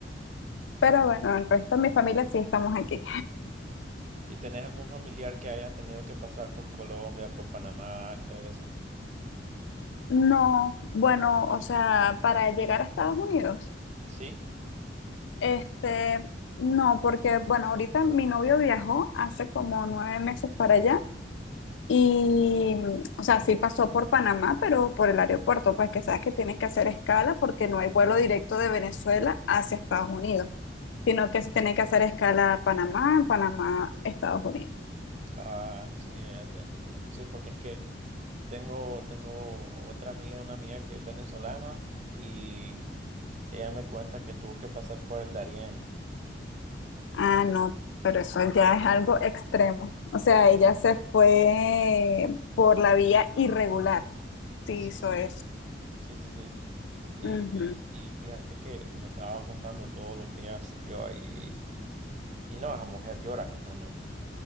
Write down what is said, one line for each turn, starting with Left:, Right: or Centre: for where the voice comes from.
Left: pero bueno, el resto de mi familia sí estamos aquí.
Right: ¿Y tenés algún familiar que haya tenido que pasar por Colombia, por Panamá y todo eso?
Left: No, bueno, o sea, para llegar a Estados Unidos,
Right: Sí.
Left: este, no, porque bueno, ahorita mi novio viajó hace como nueve meses para allá Y, o sea, sí pasó por Panamá, pero por el aeropuerto, pues que sabes que tienes que hacer escala porque no hay vuelo directo de Venezuela hacia Estados Unidos, sino que se tiene que hacer escala a Panamá, Panamá, Estados Unidos.
Right: Ah, sí, ya, ya te entiendo. Sí, porque es que tengo, tengo otra amiga, una amiga que es venezolana y ella me cuenta que tuvo que pasar por el Darién.
Left: Ah, no, pero eso ya es algo extremo. O sea, ella se fue por la vía irregular,
Right: Sí,
Left: sí hizo
Right: sí,
Left: eso.
Right: sí. Sí, sí, sí. Y,
Left: Ujú,
Right: y fíjate que me estaba contando todo lo que ella sufrió ahí. Y no, esa mujer llora contándome.